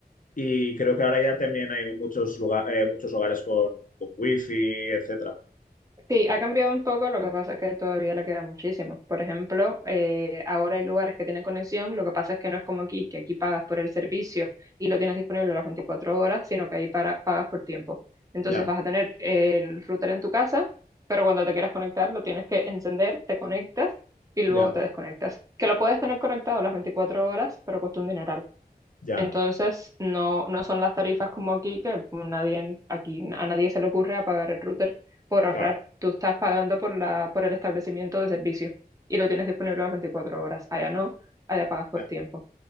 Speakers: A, on the left; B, on the right.
A: Y creo que ahora ya también hay muchos lugar- eh, muchos hogares con, con wifi, etcétera.
B: Sí, ha cambiado un poco, lo que pasa es que todavía le queda muchísimo. Por ejemplo, eh, ahora hay lugares que tienen conexión, lo que pasa es que no es como aquí, que aquí pagas por el servicio y lo tienes disponible las 24 horas, sino que ahí para, pagas por tiempo. Entonces
A: Ya,
B: vas a tener el router en tu casa, pero cuando te quieras conectar lo tienes que encender, te conectas y luego
A: ya,
B: te desconectas. Que lo puedes tener
A: ya,
B: conectado las 24 horas, pero cuesta un dineral.
A: ya,
B: Entonces, no, no son las tarifas como aquí, que pues, nadie, aquí a nadie se le ocurre apagar el router por ahorrar.
A: claro,
B: Tú estás pagando por la, por el establecimiento de servicio y lo tienes disponible las 24 horas. Allá no, allá pagas por
A: ya,
B: tiempo.